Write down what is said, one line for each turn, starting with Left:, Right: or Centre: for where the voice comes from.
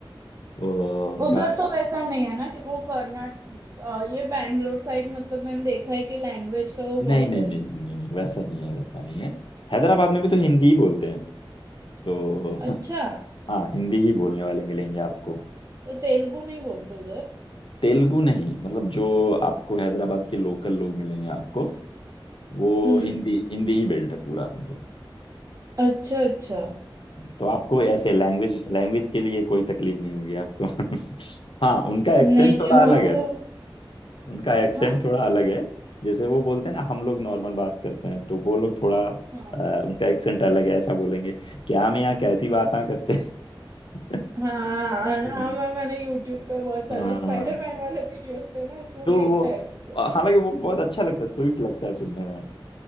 Left: तो उनका
Right: उधर तो वैसा नहीं है ना कि वो कर्नाटक अ, ये बैंगलोर साइड मतलब मैंने देखा है कि लैंग्वेज का वो
Left: नहीं
Right: बहुत
Left: नहीं
Right: है
Left: नहीं नहीं नहीं, वैसा नहीं है वैसा नहीं है हैदराबाद में भी तो हिंदी ही बोलते हैं तो
Right: अच्छा
Left: <laughs> हाँ हिंदी ही बोलने वाले मिलेंगे आपको
Right: तो तेलुगु नहीं बोलते उधर
Left: तेलुगु नहीं मतलब जो आपको हैदराबाद के लोकल लोग मिलेंगे आपको वो
Right: हम्म
Left: हिंदी हिंदी ही बेल्ट है पूरा मतलब
Right: अच्छा अच्छा
Left: तो आपको ऐसे लैंग्वेज लैंग्वेज के लिए कोई तकलीफ नहीं होगी आपको <laughs> हाँ उनका एक्सेंट
Right: नहीं नहीं
Left: थोड़ा
Right: वहाँ
Left: अलग है
Right: वो
Left: उनका एक्सेंट
Right: हाँ
Left: थोड़ा अलग है जैसे वो बोलते हैं ना हम लोग नॉर्मल बात करते हैं तो वो लोग थोड़ा अ,
Right: हाँ
Left: उनका एक्सेंट अलग है ऐसा बोलेंगे क्या हम यहाँ कैसी बातें करते हैं
Right: हाँ हाँ
Left: <laughs>
Right: मैं मैंने यूट्यूब पे बहुत सारे
Left: हाँ
Right: वो स्पाइडरमैन वाले वीडियोस थे ना उसमें
Left: तो
Right: देखा
Left: वो
Right: है उनको
Left: हालांकि वो बहुत अच्छा लगता है स्वीट लगता है सुनने में